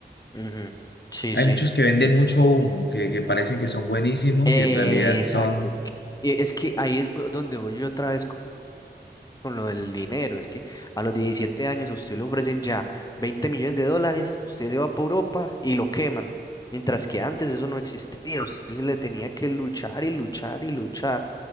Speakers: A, on the left (about 20°); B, on the left (about 75°).
A: Ujú, Sí,
B: Hay
A: sí.
B: muchos que venden
A: Mm.
B: mucho humo, que, que parecen que son buenísimos
A: Eh,
B: y en realidad son,
A: exacto. Y es que ahí es bo- donde voy yo otra vez con lo del dinero. Es que a los 17 años a usted le ofrecen ya 20 millones de dólares, usted se va para Europa y lo queman. Mientras que antes eso no existía, usted se le tenía que luchar y luchar y luchar.